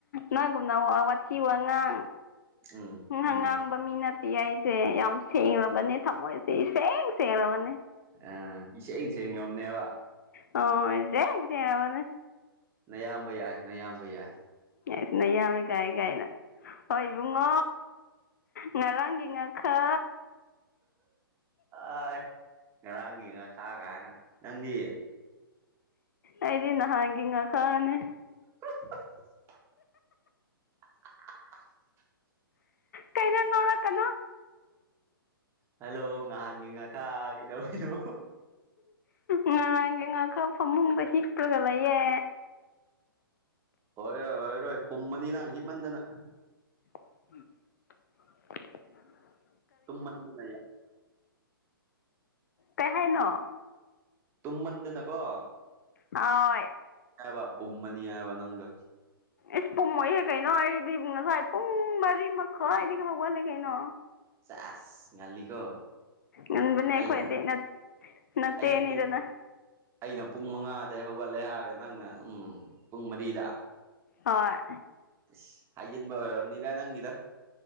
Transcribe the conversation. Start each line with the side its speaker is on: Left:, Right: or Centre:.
Left: ꯅꯪ ꯋꯥꯊꯤ ꯋꯥꯉꯥꯡ
Right: ꯎꯝ ꯎꯝ
Left: ꯑꯉꯥꯡꯕ ꯃꯤ ꯅꯠꯇꯦ ꯑꯩ ꯁꯦ ꯌꯥꯝ ꯁꯦꯡꯂꯕꯅꯦ ꯊꯝꯃꯣꯏꯁꯦ ꯏꯁꯦꯡ ꯁꯦꯡꯂꯕꯅꯦ
Right: ꯑ ꯏꯁꯦꯡ ꯁꯦꯡ ꯉꯝꯅꯦꯕ
Left: ꯑꯣ ꯏꯁꯦꯡ ꯁꯦꯡꯔꯕꯅꯦ
Right: ꯅꯌꯥꯝꯕ ꯌꯥꯏ ꯅꯌꯥꯝꯕ ꯌꯥꯏ
Left: ꯌꯥꯁ ꯅꯌꯝꯕ ꯀꯥꯏ-ꯀꯥꯏꯅ ꯍ <unintelligible> ꯉꯣ ꯉꯔꯥꯡꯒꯤ ꯉꯈꯥ
Right: ꯑ ꯉꯔꯥꯡꯒꯤ ꯉꯈꯥ ꯀꯥꯏꯅ ꯅꯪꯗꯤ
Left: ꯑꯩꯗꯤ ꯅꯍꯥꯟꯒꯤ ꯉꯈꯥꯅꯦ
Right: <inaudible> <inaudible>
Left: ꯀꯩꯩꯅꯣ‌ ꯅꯣꯛꯂꯛꯀꯅꯣ
Right: ꯍꯜꯂꯣ ꯅꯍꯥꯟꯒꯤ ꯉꯈꯥ ꯀꯩꯗꯧ ꯏꯅꯣ
Left: ꯉꯔꯥꯡꯒꯤ ꯉꯈꯥ ꯐꯃꯨꯡꯗ ꯍꯤꯄ꯭ꯔꯒ ꯂꯩꯌꯦ
Right: ꯑꯣꯏꯔꯣꯏ ꯑꯣꯏꯔꯣꯏ ꯄꯨꯝꯃꯅꯤ ꯅꯪ ꯍꯤꯞꯃꯟꯗꯅ
Left: <inaudible>
Right: ꯇꯨꯝꯃꯟꯗꯅ ꯌꯥ <inaudible>
Left: ꯀꯩꯍꯥꯏꯅꯣ
Right: ꯇꯨꯝꯃꯟꯗꯅꯀꯣ
Left: ꯑꯣꯏ
Right: ꯍꯥꯏꯕ ꯄꯨꯝꯃꯅꯤ ꯍꯥꯏꯕ ꯅꯪꯗꯣ
Left: ꯏꯁ ꯄꯨꯝꯃꯣꯏꯍꯦ ꯀꯩꯅꯣ ꯑꯩꯗꯤ ꯉꯁꯥꯏ ꯄꯨꯡ ꯃꯔꯤ ꯃꯈꯥꯏ ꯗꯒꯤ ꯍꯧꯒꯠꯂꯤ ꯀꯩꯅꯣ
Right: ꯆꯥꯁ ꯉꯜꯂꯤꯀꯣ
Left: ꯉꯟꯕꯅꯦ ꯑꯩꯈꯣꯏꯗꯤ
Right: ꯑꯩ
Left: ꯅꯠ ꯅꯆꯦꯅꯤꯗꯅ
Right: ꯑꯩꯅ <inaudible> ꯑꯩꯅ ꯄꯨꯡ ꯃꯉꯥꯗꯩ ꯍꯧꯒꯠꯂꯦ ꯍꯥꯏꯔꯒ ꯅꯪꯅ ꯎꯝ ꯄꯨꯡ ꯃꯔꯤꯗ
Left: ꯍꯣꯏ
Right: ꯏꯁ ꯍꯥꯏꯖꯟꯕ‌ ꯑꯣꯏꯔꯝꯅꯤꯗ ꯅꯪꯒꯤ